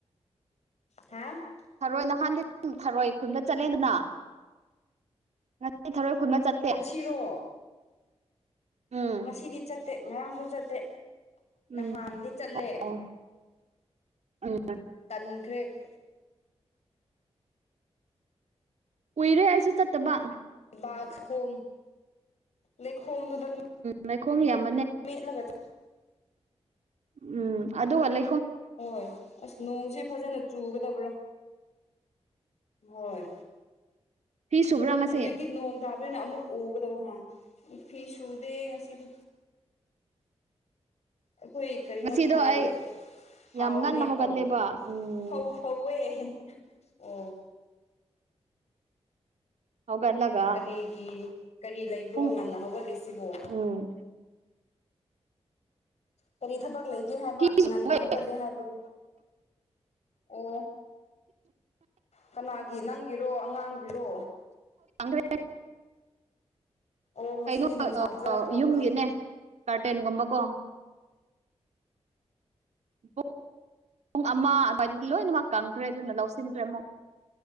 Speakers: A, on the left; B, on the right.
A: ꯍꯥ <unintelligible> <inaudible>
B: ꯊꯔꯣꯏ ꯅꯍꯥꯟꯗꯤ ꯊꯔꯣꯏ ꯈꯨꯟꯕ ꯆꯠꯂꯦꯗꯅ ꯉꯁꯤ ꯊꯔꯣꯏ ꯈꯨꯟꯕ ꯆꯠꯇꯦ
A: ꯉꯁꯤꯔꯣ
B: ꯎꯝ
A: ꯉꯁꯤꯗꯤ ꯆꯠꯇꯦ ꯉꯔꯥꯡꯁꯨ ꯆꯠꯇꯦ ꯅꯍꯥꯟꯗꯤ
B: ꯎꯝ
A: ꯆꯠꯂꯦ
B: ꯑꯣ ꯎꯝ
A: ꯇꯟꯈ꯭ꯔꯦ <unintelligible> <inaudible>
B: ꯀꯨꯏꯔꯦ ꯑꯩꯁꯨ ꯆꯠꯇꯕ
A: ꯂꯩꯈꯣꯝ ꯂꯩ ꯈꯣꯝꯗꯨꯗꯔ
B: ꯅꯈꯣꯡ ꯌꯥꯝ
A: ꯃ ꯂꯗ <unintelligible> <inaudible>
B: ꯎꯝ ꯑꯗꯨ ꯑꯂ
A: ꯍꯣꯏ ꯑꯁ ꯅꯣꯡꯁꯦ ꯐꯖꯅ ꯆꯨꯒꯗꯕ꯭ꯔꯥ ꯍꯣꯏ
B: ꯐꯤ ꯁꯨꯕ꯭ꯔꯥ ꯉꯁꯤ
A: ꯍꯧꯖꯤꯛꯇꯤ ꯅꯣꯡ ꯇꯥꯕꯅꯤꯅ ꯑꯃꯨꯛ ꯎꯒꯗꯧꯕ ꯃꯥꯜꯂꯦ ꯐꯤ ꯁꯨꯗꯦ ꯉꯁꯤꯗꯤ ꯑꯩꯈꯣꯏ ꯀꯔꯤꯅꯣ
B: ꯉꯁꯤꯗꯣ
A: ꯐꯧ
B: ꯑꯩ
A: ꯍꯥꯎꯕꯅꯦ
B: ꯌꯥꯝ ꯉꯟꯅ ꯍꯧꯒꯠꯂꯦꯕ
A: ꯐꯧ
B: ꯎꯝ
A: ꯐꯧ ꯐꯧꯋꯦ ꯑꯣ
B: ꯍꯧꯒꯠꯂꯒ
A: ꯀꯔꯤꯒꯤ ꯀꯔꯤ ꯂꯩꯕ꯭ꯔꯣ
B: ꯄꯨꯡ
A: ꯉꯟꯅ ꯍꯧꯒꯠꯂꯤꯁꯤꯕ
B: ꯎꯝ
A: ꯀꯔꯤ ꯊꯕꯛ ꯂꯩꯒꯦ ꯍꯥꯏꯕ
B: ꯐꯤ
A: ꯉꯟꯅ
B: ꯁꯨꯋꯦ
A: ꯍꯧꯒꯠꯂꯤꯦ ꯍꯥꯏꯕꯗꯣ ꯑꯣ ꯀꯅꯥꯒꯤ ꯅꯪꯒꯤꯔꯣ ꯑꯉꯥꯡꯒꯤꯔꯣ
B: ꯭ꯔꯦ <unintelligible> <inaudible>
A: ꯑꯣ ꯉꯁꯤꯗꯤ
B: ꯀꯩꯅꯣ
A: ꯅꯨꯡꯁꯥ ꯐꯖꯅ ꯊꯣꯛꯄꯗꯣ
B: ꯌꯨꯝꯒꯤꯅꯦ ꯀꯒꯥꯥꯔꯇꯦꯟꯒꯨꯝꯕꯀꯣ ꯑ <unintelligible> <inaudible> ꯄꯨꯡ ꯑꯃ ꯑꯗꯨꯏ ꯂꯣꯏꯅꯃꯛ ꯀꯪꯈ꯭ꯔꯦ ꯑꯗꯨꯅ ꯂꯧꯁꯤꯟꯗ꯭ꯔꯦ ꯑꯃꯨꯛ